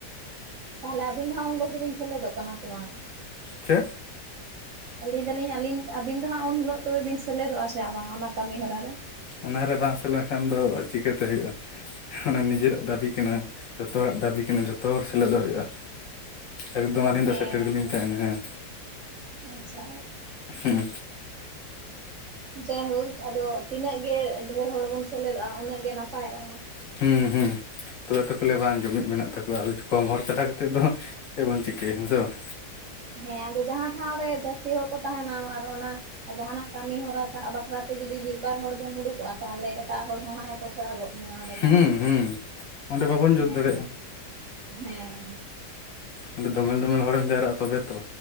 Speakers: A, on the right; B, on the left.
A: ᱛᱟᱦᱚᱞᱮ ᱟᱹᱵᱤᱱ ᱫᱚ ᱦᱟᱸᱜ ᱩᱱ ᱦᱤᱞᱚᱜ ᱫᱚᱵᱮᱱ ᱥᱮᱞᱮᱫᱚ-ᱜ ᱠᱟᱱᱟ᱾ ᱥᱮ ᱵᱟᱝ?
B: ᱪᱮᱫ
A: ᱞᱟᱹᱭ ᱫᱟᱹᱞᱤᱧ ᱟᱹᱞᱤᱧ, ᱟᱹᱵᱤᱱ ᱫᱚ ᱦᱟᱸᱜ ᱩᱱ ᱦᱤᱞᱳᱜ ᱛᱚᱵᱮ ᱵᱤᱱ ᱥᱮᱞᱮᱫᱚᱜ-ᱟ᱾ ᱥᱮ ᱦᱟᱸᱜ ᱵᱟᱝ ᱚᱱᱟ ᱠᱟᱹᱢᱤ ᱦᱚᱨᱟ ᱨᱮ?
B: ᱚᱱᱟ ᱨᱮ ᱵᱟᱝ ᱥᱮᱱ ᱞᱮᱱᱠᱷᱟᱱ ᱫᱚ ᱪᱤᱠᱟᱹᱛᱮ ᱦᱩᱭᱩᱜ-ᱟ᱾ ᱚᱱᱟ ᱱᱤᱡᱮᱨᱟᱜ ᱫᱟᱹᱵᱤ ᱠᱟᱱᱟ᱾ ᱡᱚᱛᱚ ᱦᱚᱲᱟᱜ ᱫᱟᱹᱵᱤ ᱠᱟᱱᱟ᱾ ᱡᱚᱛᱚ ᱦᱚᱲ ᱥᱮᱞᱮᱫᱚ-ᱜ ᱦᱩᱭᱩᱜ-ᱟ᱾ ᱮᱠᱫᱚᱢ ᱟᱹᱞᱤᱧ
A: ᱦᱮᱸ
B: ᱫᱚ ᱥᱮᱴᱮᱨ ᱜᱮᱞᱤᱧ ᱛᱟᱦᱮᱱᱟ ᱾ᱦᱮᱸ
A: ᱟᱪᱪᱷᱟ
B: ᱦᱩᱸ
A: ᱡᱟᱭᱦᱳᱠ, ᱟᱫᱚ ᱛᱤᱱᱟᱹᱜ ᱜᱮ ᱰᱷᱮᱨ ᱦᱚᱲ ᱵᱚᱱ ᱥᱮᱞᱮᱫᱚᱜ-ᱟ ᱾ᱩᱱᱟᱹᱜ ᱜᱮ ᱱᱟᱯᱟᱭᱚᱜ-ᱟ᱾
B: ᱦᱩᱸ ᱦᱩᱸ ᱛᱚᱵᱮ ᱛᱚ ᱠᱚ ᱞᱟᱹᱭᱟ, ᱵᱟᱝ ᱡᱩᱢᱤᱫ ᱢᱮᱱᱟᱜ ᱛᱟᱠᱚᱣᱟ ᱾ᱟᱫᱚ ᱠᱚᱢ ᱦᱚᱲ ᱪᱟᱞᱟᱣ ᱠᱟᱛᱮᱜ ᱫᱚ ᱦᱟᱸᱜ ᱪᱮᱫ ᱵᱚᱱ ᱪᱤᱠᱟᱹᱭᱟ ᱦᱮᱸ ᱥᱮ ᱵᱟᱝ?
A: ᱦᱮᱸ ᱟᱫᱚ ᱡᱟᱦᱟᱸ ᱴᱷᱟᱶ ᱨᱮ, ᱡᱟᱹᱥᱛᱤ ᱦᱚᱲ ᱠᱚ ᱛᱟᱦᱮᱱᱟ ᱾ᱟᱨ ᱚᱱᱟ ᱟᱨ ᱡᱟᱦᱟᱱᱟ-ᱜ ᱠᱟᱹᱢᱤᱦᱚᱨᱟ ᱥᱟᱵ ᱵᱟᱠᱷᱨᱟ ᱛᱮ, ᱡᱩᱫᱤ ᱢᱤᱫ ᱵᱟᱨ ᱦᱚᱲ ᱜᱮᱢ ᱩᱰᱩᱠᱚᱜ-ᱟ ᱾ᱛᱟᱦᱚᱞᱮ ᱮᱴᱟᱜ ᱦᱚᱲ ᱦᱚᱸ ᱦᱟᱸᱜ-ᱮ ᱯᱚᱥᱲᱟᱜ ᱜᱚᱫ ᱢᱮᱭᱟ ᱚᱸᱰᱮ
B: ᱦᱩᱸ
A: ᱫᱚ,
B: ᱦᱩᱸ ᱚᱸᱰᱮ ᱵᱟᱵᱚᱱ ᱡᱩᱛ
A: ᱦᱮᱸ
B: ᱫᱟᱲᱮᱭᱟᱜᱼᱟ
A: ᱦᱮᱸ
B: ᱚᱸᱰᱮ ᱫᱚᱢᱮᱞ - ᱫᱚᱢᱮᱞ ᱦᱚᱲᱮᱢ ᱡᱟᱣᱨᱟᱜᱼᱟ᱾ ᱛᱚᱵᱮ ᱛᱚ